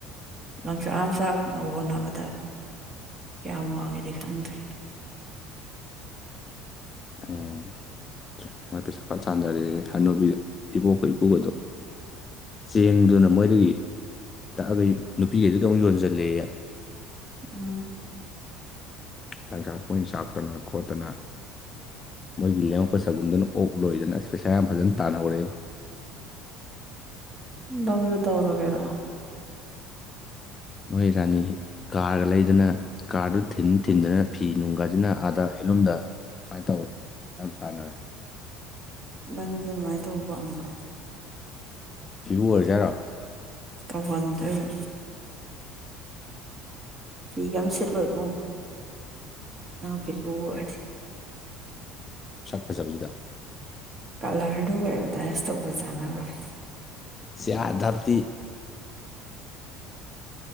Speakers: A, on the right; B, on the left.
A: ꯂꯪꯆꯥꯛ ꯑꯃ ꯆꯥꯛꯅꯕ ꯍꯣꯠꯅꯕꯗ ꯀꯌꯥꯝ ꯋꯥꯒꯦꯗꯤ ꯈꯪꯗ꯭ꯔꯤ
B: ꯑꯣ ꯉ ꯀꯩ ꯁꯀ ꯆꯥꯟꯗꯔꯦꯦ ꯍꯅꯨꯕꯤ ꯏꯕꯣꯛꯀ ꯏꯄꯨꯒꯗꯣ ꯆꯦꯡꯗꯨꯅ ꯃꯣꯏꯗꯒꯤ ꯇꯛꯑꯥꯒ ꯅꯨꯄꯤꯒꯩꯗꯨꯗ ꯑꯃꯨꯛ ꯌꯣꯟꯖꯜꯂꯦꯌꯦ
A: ꯎꯝ
B: ꯂꯥꯡꯁꯥꯛ ꯀꯣꯏꯟ ꯆꯥꯛꯇꯅ ꯈꯣꯠꯇꯅ ꯃꯣꯏꯒꯤ ꯂꯦꯝꯃꯛꯄ ꯁꯒꯨꯟꯗꯨꯅ ꯑꯣꯛ ꯂꯣꯏꯗꯅ ꯄꯩꯁꯥ ꯌꯥꯝ ꯐꯖꯅ ꯇꯥꯟꯅꯍꯔꯛꯦꯕ
A: ꯇꯥꯒꯦꯔ
B: ꯃꯣꯏ ꯔꯥꯅꯤ ꯀꯥꯔꯒ ꯂꯩꯗꯅ ꯀꯥꯔꯗꯨ ꯊꯤꯟ ꯊꯤꯟꯗꯅ ꯐꯤ ꯅꯨꯡ ꯒꯥꯁꯤꯅ ꯑꯥꯗꯥ ꯍꯦꯟꯂꯨꯝꯗ ꯁꯨꯃꯥꯏꯅ ꯇꯧꯔ ꯌꯥꯝ ꯇꯥꯟꯅꯔꯦ
A: ꯅꯪꯗꯣ ꯑꯗꯨꯃꯥꯏꯅ ꯇꯧꯕ ꯄꯥꯝꯕ꯭ꯔꯣ
B: ꯐꯤꯕꯨꯨ ꯑꯣꯏꯔꯖꯥꯔꯣ
A: ꯇꯧꯍꯟꯗꯕ ꯊ ꯀꯝ ꯁꯤ ꯂ ꯑꯣꯏꯕ ꯐꯤ
B: ꯁꯛ ꯐꯖꯕꯁꯤꯗ
A: ꯀꯂꯔꯗꯨꯒ ꯑꯦꯕꯔꯗꯥꯏꯁ ꯇꯧꯕ ꯆꯥꯟꯅꯔꯣꯏ
B: ꯁꯤꯑꯥ ꯗꯞꯇꯤ